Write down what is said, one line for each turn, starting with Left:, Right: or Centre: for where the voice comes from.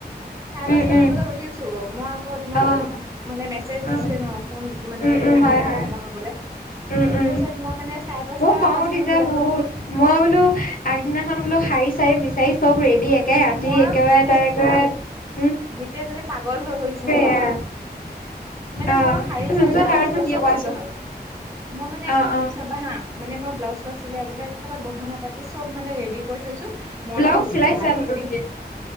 Right: চাৰে
Left: উম,
Right: পাঁচটা মান
Left: উম,
Right: বজাত উঠিছো মই আকৌ তোমাকো
Left: অ',
Right: মানে মেছেজ দিছো
Left: অ',
Right: এ ন ফোন মানে
Left: উম, উম,
Right: আহিলে
Left: হয়, হয়,
Right: ফোন এটা কৰিবলে
Left: উম! উম
Right: তাৰপিছত মই মানে চাৰে পাঁচটা
Left: মোৰ খং
Right: পাঁচটা
Left: উঠিছে
Right: মান বজাতো
Left: বহুত
Right: উঠি
Left: মই বোলো আগদিনাখন বোলো শাৰী চাৰি বিচাৰি চব ৰেডি একে ৰাতি
Right: মই
Left: একেবাৰে
Right: গোটেই
Left: তাই গ
Right: গোটেইজনী পাগল হৈ গৈছো জানানে?
Left: এয়া
Right: মানে
Left: অ
Right: মই শাৰী চাৰী
Left: নোযোৱা
Right: ব্লাউজ
Left: কাৰণটো
Right: চিলাউজ
Left: কি
Right: চব
Left: কোৱাচোন
Right: চিলোৱা হ'ল মই মানে
Left: অ
Right: উম
Left: অ
Right: চাবা হা মানে মই ব্লাউজ চিলাউজ চিলাই একেবাৰে গহনা পাতি চব মানে ৰেড কৰি থৈছো। মৰ্ণিং
Left: ব্লাউজ
Right: উঠিম
Left: চিলাইছা
Right: গা ধূম
Left: নতুনকে
Right: পিন্ধি